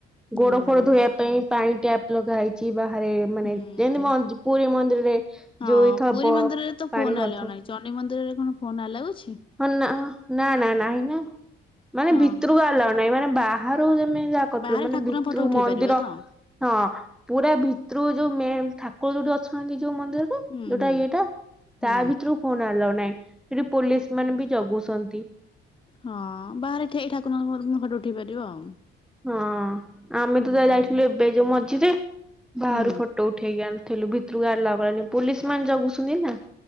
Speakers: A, on the left; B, in the centre.
A: ହୁଁ
B: ଗୋଡ଼ ଫୋଡ ଧୋଇଵା ପାଣି ଟ୍ୟାପ୍ ଲଗା ହେଇଛି ବାହାରେ ମାନେ
A: ହୁଁ
B: ଯେମତି ମନ୍ଦି-ପୁରୀ ମନ୍ଦିରରେ
A: ହଁ
B: ଯୋଉ ଥବ
A: ପୁରୀ ମନ୍ଦିରରେ ତ ଫୋନ
B: ପାଣି ଭରୁଥିବ
A: ଆଲାଉ ନାଁହିଁ ଚଣ୍ଡି ମନ୍ଦିରରେ କଣ ଫୋନ୍ ଆଲାଉ ଅଛି।
B: ହଁ ନା ନା ନା ନାଇଁ ନା ମାନେ
A: ହଁ
B: ଭିତରକୁ ଆଲା ନାହିଁ ମାନେ ବାହାରୁ ତମେ ଯାହା କହିଲ
A: ବାହାରେ ଠାକୁରଙ୍କ
B: ଭିତରୁ
A: ଫଟୋ ଉଠେଇ
B: ମନ୍ଦିର
A: ପାରିବ ତ
B: ହଁ ପୁରା ଭିତରୁ ଯୋଉ ମେନ ଠାକୁର ଯୋଉଠି ଅଛନ୍ତି ଯୋଉ ମନ୍ଦିରରେ
A: ହୁଁ
B: ଯୋଉଟା
A: ହୁଁ।
B: ଇଏଟା
A: ହୁଁ
B: ତା ଭିତରୁ ଫୋନ ଆଲଉ ନାହିଁ। ସେଠି ପୋଲିସ ମାନେ ବି ଜଗୁଛନ୍ତି।
A: ହଁ ବାହାରେ ଠିଆ ହେଇ ଠାକୁରଙ୍କ ଫଟ ଉଠେଇ ପାରିବ ଆଉ।
B: ହଁ ଆମେ
A: ହୁଁ।
B: ତ ଯା ଯାଇଥିଲୁ ଏବେ ଯୋଉ ମଝିରେ ବାହାରୁ
A: ହୁଁ
B: ଫଟୋ ଉଠେଇକି ଆଣିଥିଲୁ ଭିତରକୁ ଆଲାଉ କଲାନି ପୁଲିସ୍ ମାନେ ଜଗୁଛନ୍ତି ନା।